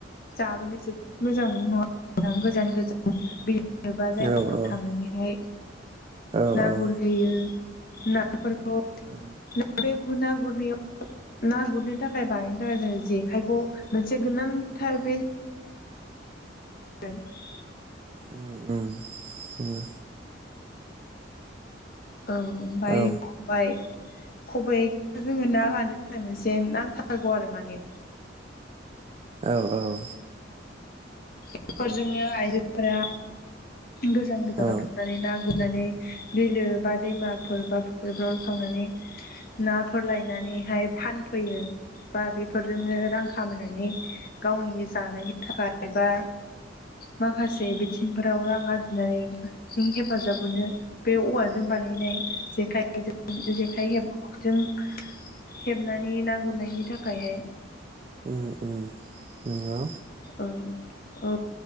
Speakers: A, on the left; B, on the right.
A: जाबोनो जोबोद मोजां मोनो नङा <unintelligible> गोजान गोजान बि बबेबा जायगाफ्राव
B: औ औ
A: थांनानैहाय
B: औ
A: ना
B: औ
A: गुरहैयो। नाफोरखौ
B: उम
A: बे गुर ना गुरनायाव ना गुरनो थाखाय बानायनो थाखाय जों जेखायखौ मोनसे गोनांथार बे <unintelligible>
B: उम उम उम।
A: औ ओमफ्राय
B: औ
A: खबाय। खबायखौ जोङो ना लानो थाखाय मोनसे नांथारगौ आरो माने।
B: औ औ।
A: बेफोरजोंनो आइजोफोरा गोजान गोजानाव
B: औ
A: थांनानै ना गुरनानै बिलो बा दैमाफोर बा फुख्रिफोराव थांनानै नाफोर लायनानैहाय फानफैयो। बा बेफोरजोंनो रां खामायनानै गावनि जानायनि थाखाय एबा माखासे बिथिंफोराव रां आरजिनानै हेफाजाब मोनो, बे औवा जों बानायनाय जेखाइजों, जेखाइ हेब जों। हेबनानै ना गुरनायनि थाखायहाय।
B: उम उम नंगौ।
A: औ औ।